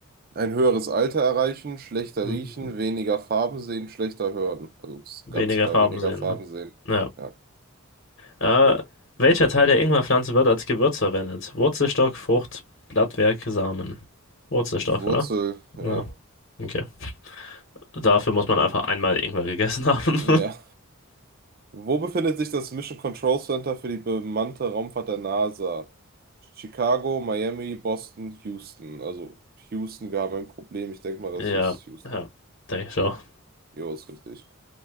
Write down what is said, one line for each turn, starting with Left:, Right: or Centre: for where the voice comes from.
Right: ein höheres Alter erreichen, schlechter
Left: Mhm.
Right: riechen, weniger Farben sehen, schlechter hören. Also, Das ist
Left: Weniger
Right: ganz klar,
Left: Farben
Right: weniger
Left: sehen,
Right: Farben
Left: ne?
Right: sehen.
Left: Ja.
Right: Ja,
Left: Äh,
Right: jo.
Left: welcher Teil der Ingwerpflanze wird als Gewürz verwendet? Wurzelstock, Frucht, Blattwerk, Samen. Wurzelstock,
Right: Die Wurzel,
Left: oder?
Right: ja.
Left: Ja, okay. Dafür muss man einfach einmal Ingwer gegessen haben.
Right: Ja.
Left: <laughs>
Right: Wo befindet sich das Mission Control Center für die bemannte Raumfahrt der NASA? Chicago, Miami, Boston, Houston. Also Houston, wir haben ein Problem. Ich denke mal, das
Left: Ja,
Right: ist Houston.
Left: ja, denke ich auch.
Right: Jo, ist richtig.